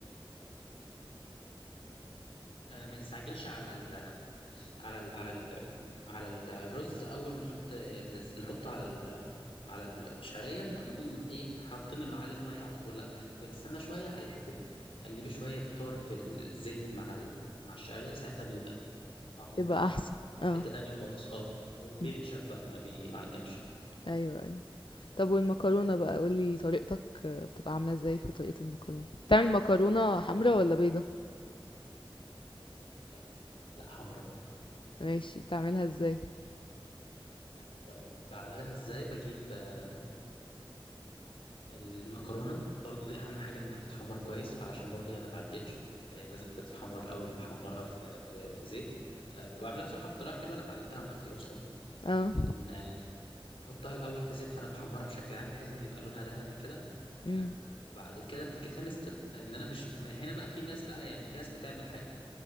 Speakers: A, on the left; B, on the left.
A: آه ما نستعجلش على ال... على ال على ال على الرز اول ما نحط في الز- نحطه على ال على الشعريه نقوم ايه حاطين اللي عليه الميه على طول لا بنستنى شويه على الحته دي تقلبي شويه كتار في الزيت مع ال... مع الشعريه ساعتها بيبقى طعم
B: يبقى
A: آه،
B: احسن
A: في
B: اه
A: حته تانية خالص اه وبينشف
B: مم.
A: بقى ما بيعجنش
B: ايوه ايوه طب والمكرونة بقى قولي طريقتك بتبقى عاملة ازاي في طريقة المكرونة بتعمل مكرونة
A: اوكي
B: حمرا ولا بيضة
A: آه، لا حمرا
B: ماشي بتعملها ازاي
A: آه، طيب بعملها ازاي بجيب آه، المكرونة برضو دي أهم حاجة إنها تتحمر كويس علشان برضو هي ما تعجنش فهي لازم بتتحمر الأول بحمرها في في, في زيت أه بعملها بصراحة بطريقة حلوة أنا اتعلمتها من أختي أصلا
B: اه
A: إن آه، بحطها الأول في زيت فأنا بحمرها بشكل عام بحيث إن يبقى لونها ذهبي كده
B: مم.
A: تمام وبعد كده بتيجي تاني ستيب إن أنا مش ما- هنا بقى في ناس بقى يعني في ناس بتعمل حاجة